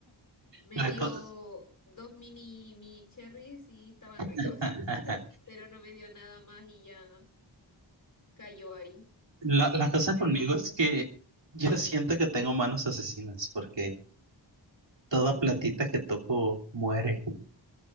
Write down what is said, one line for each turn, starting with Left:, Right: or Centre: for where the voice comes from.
Left: Me
Right: La,
Left: dio
Right: co-
Left: dos mini, mini cherries y estaban ricos,
Right: <laughs>
Left: <laughs> pero no me dio nada más y ya cayó ahí.
Right: la, la cosa
Left: Pero
Right: conmigo
Left: no me
Right: es
Left: recibí.
Right: que yo siento que tengo manos asesinas porque toda plantita que toco muere.